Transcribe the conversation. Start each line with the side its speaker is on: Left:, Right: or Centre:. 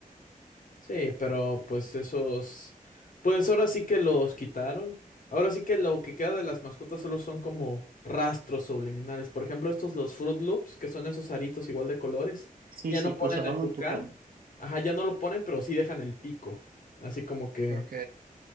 Left: Sí, pero pues esos, pues ahora sí que los quitaron. Ahora sí que lo que queda de las mascotas solo son como rastros subliminales. Por ejemplo, estos los Fruit Loops, que son esos aritos igual de colores,
Right: Sí,
Left: ya
Right: sí,
Left: no
Right: que
Left: ponen
Right: usaban
Left: el
Right: un
Left: tucán.
Right: tucán.
Left: Ajá, ya no lo ponen, pero sí dejan el pico. Así como que
Right: Ok.